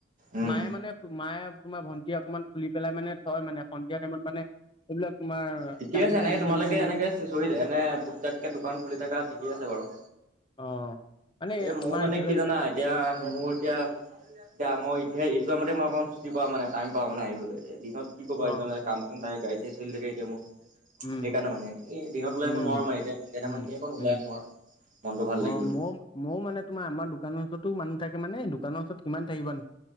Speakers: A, on the right; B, on the left.
A: উম।
B: মায়ে মানে মায়ে তোমাৰ ভণ্টি অকণমান খুলি পেলাই মানে থয় মানে সন্ধিয়া টাইমত মানে সেইবিলাক তোমাৰ
A: ঠিকে
B: দালি
A: আছে এনে
B: চালি
A: তোমালোকে
B: চেনি চেনি
A: এনেকে চৰি এনে টুপটাককে দোকান খুলি থাকা ঠিকে আছে বাৰু।
B: অ'। মানে
A: এ মওঁ
B: আমাৰ
A: মানে
B: এইফালে
A: কি জানা এতিয়া মোৰ এতিয়া এতিয়া মই এতিয়া ইটো মতে মই অকণ ছুটি পাওঁ মানে টাইম পাও মানে আহিবলৈ এ দিনত কি ক'বা
B: অ
A: এতিয়া মানে কাম চাম থাকে গাড়ী চাড়ী চলি থাকে এতিয়া মোৰ।
B: উম
A: সেইকাৰণে মানে, এই দিনত ওলাই
B: উম
A: আহিব নোৱাৰো মানে এতিয়া
B: উম
A: মানে <unintelligible> অকণ ওলাই
B: উম
A: আহো আৰু। মনটো ভাল লাগিবলে।
B: অ', মই মওঁ মানে তোমাৰ আমাৰ দোকানৰ ওচৰতো মানুহ থাকে মানে দোকানৰ ওচৰত কিমান থাকিবানো